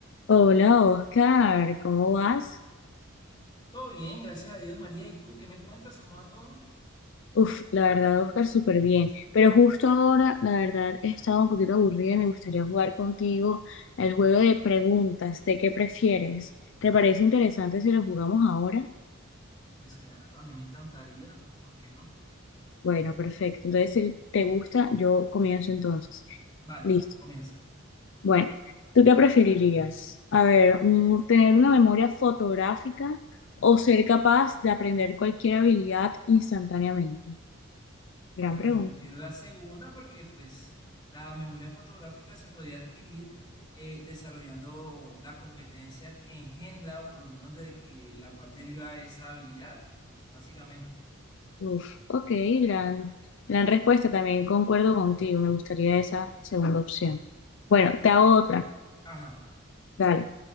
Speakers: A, on the left; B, on the left.
A: Hola Oscar, ¿cómo vas?
B: Todo bien, gracias a Dios, María. ¿Y tú qué me cuentas? ¿Cómo va todo?
A: Uf, la verdad Oscar, súper bien. Pero justo ahora, la verdad, he estado un poquito aburrida y me gustaría jugar contigo el juego de preguntas, ¿de qué prefieres? ¿Te parece interesante si lo jugamos ahora?
B: Pues claro, a mí me encantaría, ¿por qué no?
A: Bueno, perfecto. Entonces, si te gusta, yo comienzo entonces.
B: Vale,
A: Listo.
B: comienza.
A: Bueno, ¿tú qué preferirías? A ver, mm, ¿tener una memoria fotográfica o ser capaz de aprender cualquier habilidad instantáneamente? Gran
B: Bueno,
A: pregunta.
B: yo prefiero la segunda porque pues la memoria fotográfica se podría adquirir eh, desarrollando la competencia que engendra o por lo menos de que la cual deriva esa habilidad, básicamente.
A: Uf, ok, gran, gran respuesta también, concuerdo contigo, me gustaría esa segunda opción. Bueno, te
B: O-
A: hago otra,
B: Ajá,
A: dale.